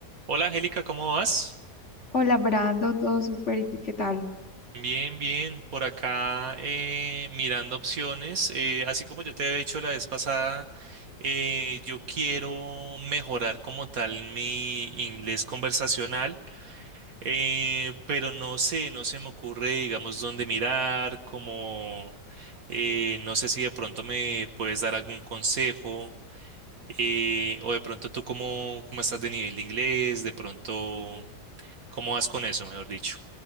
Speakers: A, on the right; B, on the left.
A: Hola Angélica, ¿cómo vas?
B: Hola Brandon, todo súper, ¿y tú qué tal?
A: Bien, bien, por acá eh, mirando opciones. eh, así como yo te he dicho la vez pasada, eh, yo quiero mejorar como tal mi inglés conversacional, eh, pero no sé, no se me ocurre, digamos, dónde mirar, como eh, no sé si de pronto me puedes dar algún consejo, eh, o de pronto tú cómo, cómo estás de nivel de inglés, de pronto, ¿cómo vas con eso, mejor dicho?